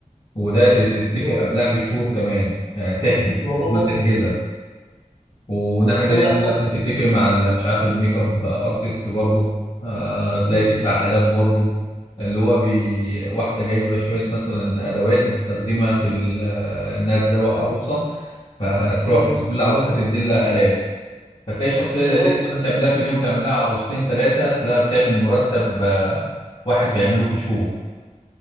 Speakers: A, on the left; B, on the left.
A: وده ت- تتفق
B: هو
A: قبلها بشهور كمان يعني تحجز
B: الموضوع
A: لازم
B: مرهق
A: تحجزها
B: قوي
A: وناحية تانية
B: كل ده عشان
A: تلاقي تروح تتفق مع ال- مش عارف الميك اب ارتست برضه آه، تلاقي
B: امم
A: تدفع آلاف برضه اللي هو بي... واحدة جايبة شوية مثلا أدوات بتستخدمها في ال- إنها تزوق عروسة فتروح
B: امم
A: كل عروسة تدي لها آلاف فتلاقي الشخصية
B: بالظبط
A: زي ديت
B: هي
A: مثلا تعملها
B: هي-
A: في اليوم تعملها عروستين ثلاثة تلاقيها بتعمل مرتب
B: ما شاء الله
A: آه، واحد بيعمله في شهور